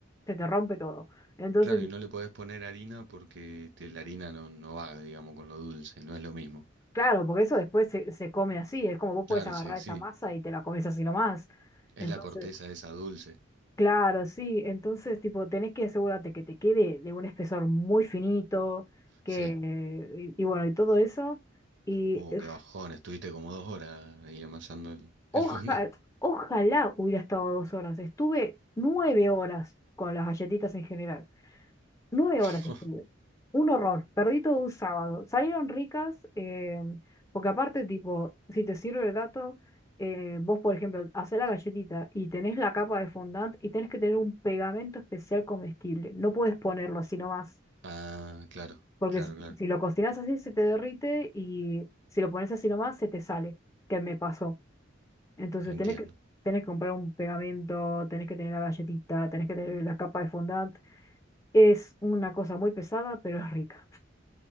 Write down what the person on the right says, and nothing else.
Claro, y no le podés poner harina porque te- la harina no, no va, digamos, con lo dulce, no es lo mismo.
Claro,
sí, sí,
es
la corteza esa dulce.
Sí.
Uh,
qué bajón, estuviste como dos horas ahí amasando el,
el fondant.
<laughs>
Ah, claro,
claro,
claro,
entiendo.